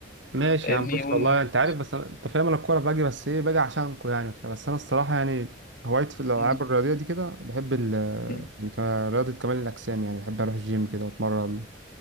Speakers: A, on the right; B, on the left.
A: ماشي
B: فاهمني
A: يا عم بص
B: ون...
A: والله انت عارف بس أنا... انت فاهم انا الكوره باجي بس ايه باجي عشانكو يعني وبتاع. بس انا الصراحه يعني هوايتي في الالعاب
B: م-
A: الرياضيه دي كده بحب ال...
B: م-
A: يعني كمان رياضه كمال الاجسام يعني بحب اروح الجيم كده واتمرن